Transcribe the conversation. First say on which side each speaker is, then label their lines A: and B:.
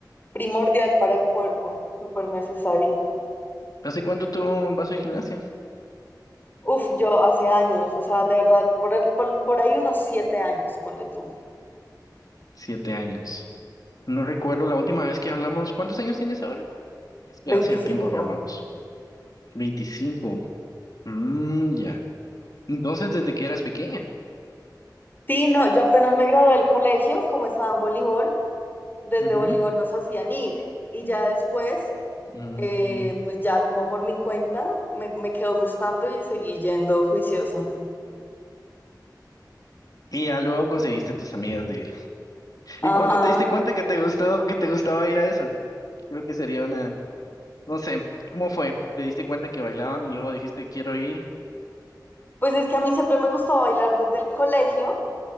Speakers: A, on the left (about 25°); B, on the left (about 55°).
A: primordial para el cuerpo, súper necesario.
B: ¿Hace cuánto tú vas al gimnasio?
A: Uf, yo hace años, o sea, de verdad, por, el- por, por ahí unos siete años, ponle tú,
B: Siete años. No recuerdo la última vez que hablamos. ¿Cuántos años tienes ahora? Es que
A: veinticinco
B: hace tiempo que hablamos. veinticinco Mm, ya. Entonces, desde que eras pequeña.
A: Sí, no, yo apenas me gradué del colegio, como estaba en voleibol, desde
B: Ujú.
A: voleibol nos hacían ir y ya después
B: Mm,
A: eh,
B: mm.
A: pues ya como por mi cuenta me, me quedó gustando y seguí yendo juiciosa.
B: Y ya luego conseguiste tus amigas de ir.
A: Ajá.
B: ¿Y cuándo te diste cuenta que te gustó, que te gustaba ir a eso? Creo que sería una, no sé, ¿cómo fue? ¿Te diste cuenta que bailaban y luego dijiste quiero ir?
A: Pues es que a mí siempre me gustó bailar desde el colegio